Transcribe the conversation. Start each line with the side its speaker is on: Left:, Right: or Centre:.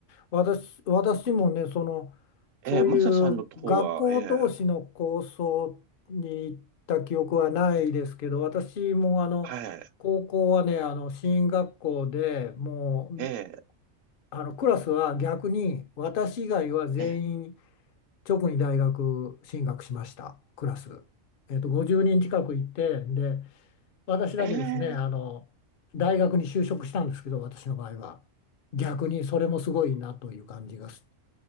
Left: 私、私もねその
Right: ええ、
Left: そういう学校同士の構想に行った記憶はないですけど私もあの高校はね、
Right: マサさんの方は、ええ、はい、
Left: あの進学校でもう
Right: ええ、
Left: あのクラスは逆に私以外は全員
Right: ええ、
Left: 直に大学進学しましたクラス、えっと、50人近くいてで私だけですねあの大学に就職したんですけど私の場合は
Right: ええ、
Left: 逆にそれもすごいなという感じがす